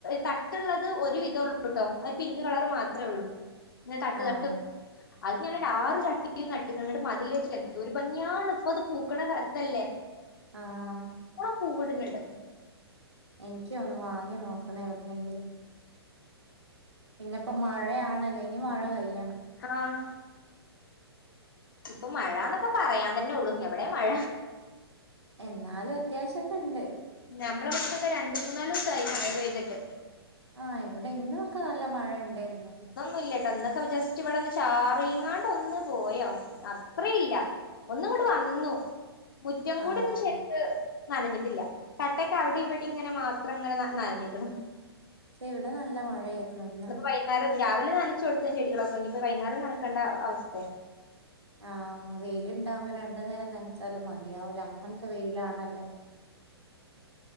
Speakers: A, on the left (about 55°); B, on the right (about 85°).
A: തട്ടുള്ളത് ഒരു വിധ ള്ളൂട്ട പിങ്ക് കളർ മാത്രേ ഉള്ളൂ തട്ട്
B: ആഹ്
A: ത് അ ഡാ നട്ടിക്കട്ടും മതില് വെച്ചിട്ട് എന്തോ ഒരു ഭംഗിയാണ് ഇപ്പൊ അത് പൂക്കണ അതല്ലേ
B: ആഹ
A: പൂവിടുന്നുണ്ട്
B: എനിക്ക ഒന്ന്ു വാങ്ങി നോക്കണ എവിടുന്നെങ്കിലും പിന്നെപ്പോ മഴയാണല്ലേ ഇനി മഴ കെയ്യണം
A: ആഹ ഇപ്പൊ മഴന്നൊക്കെ പറയാൻ തന്നെ ഉള്ളു എവിടെ മഴ
B: എന്നാലും അത്യാവശ്യംൊക്കെ ഉണ്ട്
A: ഞമ്മെ പത്തൊക്കെ രണ്ട് മൂന്നാല് ദിവസമായി മഴ പെയ്തിട്ട്
B: ആഹ ഇവിടെ ഇന്നൊക്കെ നല്ല മഴ ഉണ്ടായിരുന്നു
A: ഒന്നും ഇല്ല ൊക്കെ ജസ്റ്റ് ഇവിടെ ഒന്ന് ചാറിങ്ങാണ്ട് ഒന്ന് പോയോ അത്ര ഇല്ല ഒന്നുംോട്ട വന്നു മുറ്റംകൂടിന്ന്
B: ആഹ്
A: ശക്ക് നനഞ്ഞിട്ടില്ല കട്ടക്ക് അവിടെ ഇവിടെ ഇങ്ങനെ മാത്രം ഇങ്ങനെ നനഞ്ഞിിക്കണം
B: പക്ഷെ ഇവിടെ നല്ല മഴായിുന്നുന്ന്
A: വൈകുന്നേരം രാവിലെ നനച്ചു കൊടുത്തുന്ന ചെടികളൊക്കെ ഇനിപ്പോ വൈകേരം നടക്കേണ്ട അവസ്ഥ
B: ആഹ വെയിലുണ്ടാകുമ്പോ രണ്ട നേരം നനച്ചാലും മതിയാവൂല അങ്ങനത്തെ വെയിലാണല്ലോ